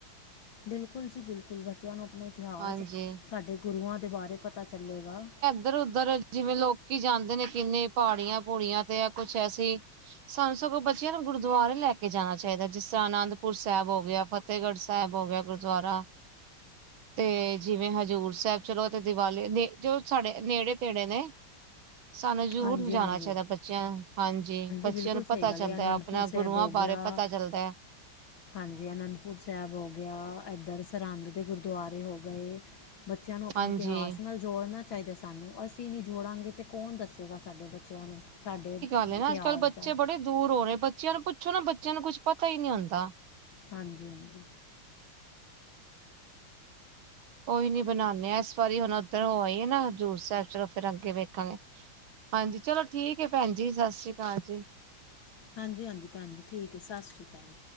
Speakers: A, on the left; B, on the right.
A: ਬਿਲਕੁਲ ਜੀ ਬਿਲਕੁਲ, ਬੱਚਿਆਂ ਨੂੰ ਆਪਣਾ ਇਤਿਹਾਸ
B: ਹਾਂਜੀ
A: ਸਾਡੇ ਗੁਰੂਆਂ ਦੇ ਬਾਰੇ ਪਤਾ ਚੱਲੇਗਾ।
B: ਇੱਧਰ-ਉੱਧਰ ਜਿਵੇਂ ਲੋਕੀ ਜਾਂਦੇ ਨੇ ਕਿੰਨੇ ਪਹਾੜੀਆਂ-ਪੂੜੀਆਂ ਤੇ ਆ ਕੁਛ ਐਸੀ ਸਾਨੂੰ ਸਗੋਂ ਬਚਿਆ ਨੂੰ ਗੁਰਦੁਆਰੇ ਲੈ ਕੇ ਜਾਣਾ ਚਾਹੀਦਾ ਜਿਸ ਤਰ ਅ ਆਨੰਦਪੁਰ ਸਾਹਿਬ ਹੋ ਗਿਆ ਫਤ ਫਤਿਹਗੜ੍ਹ ਸਾਹਿਬ ਹੋ ਗਿਆ ਗੁਰਦੁਆਰਾ ਤੇ ਜਿਵੇਂ ਹਜ਼ੂਰ ਸਾਹਿਬ। ਚਲੋ ਤੇ ਦੀਵਾਲੀ ਨੇ ਜੋ ਸਾਡੇ ਨੇੜੇ-ਤੇੜੇ ਨੇ ਸਾਨੂੰ ਜ਼ਰੂਰ
A: ਹਾਂਜੀ-ਹਾਂਜੀ।
B: ਜਾਣਾ ਚਾਹੀਦਾ ਬੱਚ ਬੱਚਿਆਂ, ਹਾਂਜੀ ਬੱਚਿਆਂ
A: ਬਿਲਕੁਲ
B: ਨੂੰ
A: ਸਹੀ
B: ਪਤਾ
A: ਗੱਲ
B: ਚੱਲਦਾ
A: ਹੈ ਅਨੰਦਪੁਰ
B: ਆਪਣਾ
A: ਸਾਹਿਬ
B: ਗੁਰੂਆਂ
A: ਹੋ
B: ਬਾਰੇ
A: ਗਿਆ
B: ਪਤਾ ਚੱਲਦਾ ਏ।
A: ਹਾਂਜੀ, ਅਨੰਦਪੁਰ ਸਾਹਿਬ ਹੋ ਗਿਆ, ਇੱਧਰ ਸਰਹੰਦ ਦੇ ਗੁਰਦੁਆਰੇ ਹੋ ਗਏ ਬੱਚਿਆਂ ਨੂੰ ਆਪਣੇ
B: ਹਾਂਜੀ
A: ਇਤਿਹਾਸ ਨਾਲ ਜੋੜਨਾ ਚਾਹੀਦਾ ਸਾਨੂੰ ਅਸੀਂ ਨਹੀਂ ਜੋੜਾਂਗੇ ਤਾਂ ਕੌਣ ਦੱਸੇਗਾ ਸਾਡੇ ਬੱਚਿਆਂ ਨੂੰ ਸਾਡੇ
B: ਨਾਲਗ
A: ਇਤਿਹਾਸ
B: ਨਾ ਅੱਜ-ਕੱਲ੍ਹ ਬੱਚੇ
A: ਦਾ
B: ਬੜੇ ਦੂਰ ਹੋਰੇ, ਬੱਚਿਆਂ ਨੂੰ ਪੁੱਛੋ ਨਾ ਬੱਚਿਆਂ ਨੂੰ ਕੁੱਛ ਪਤਾ ਹੀ ਨਹੀਂ ਹੁੰਦਾ।
A: ਹਾਂਜੀ-ਹਾਂਜੀ।
B: ਕੋਈ ਨੀ ਬਣਾਨੇ ਆ ਇਸ ਵਾਰੀ ਹੁਣ ਓਧਰ ਹੋ ਆਈਏ ਨਾ ਹਜ਼ੂਰ ਸਾਹਿਬ, ਚਲੋ ਫਿਰ ਅੱਗੇ ਵੇਖਾਂਗੇ। ਹਾਂਜੀ, ਚਲੋ ਠੀਕ ਹੈ ਭੈਣ ਜੀ ਸਤਿ ਸ੍ਰੀ ਅਕਾਲ ਜੀ।
A: ਹਾਂਜੀ-ਹਾਂਜੀ ਭੈਣ ਜੀ, ਠੀਕ ਹੈ ਸਤਿ ਸ਼੍ਰੀ ਅਕਾਲ।